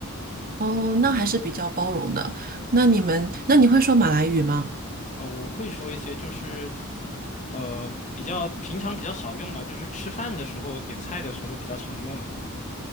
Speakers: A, on the right; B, on the left.
A: 哦，那还是比较包容的。那你们，那你会说马来语吗？
B: 呃，我会说一些，就是呃，比较平常比较少用吧，就是吃饭的时候点菜的时候比较常用吧。